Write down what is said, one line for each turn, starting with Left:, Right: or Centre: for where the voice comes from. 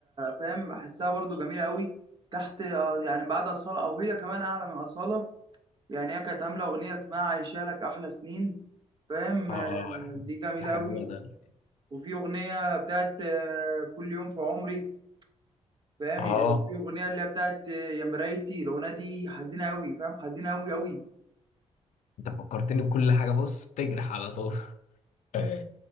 Right: فاهم بحسها برضو جميله قوي تحت يعني بعد اصاله او هي كمان اعلى من اصاله يعني هي كانت عامله اغنيه اسمها عايشه لك احلى سنين فاهم
Left: اه
Right: آه،
Left: يا حبيبي
Right: دي جميله
Left: يا
Right: قوي
Left: حبيبي ده
Right: وفي اغنيه بتاعت آه، كل يوم في عمري فاهم
Left: اه
Right: في اغنيه اللي هي بتاعت يا مرايتي الاغنيه دي حزينه قوي فاهم حزينه قوي قوي
Left: انت فكرتني بكل حاجة بص تجرح على طول <laughs>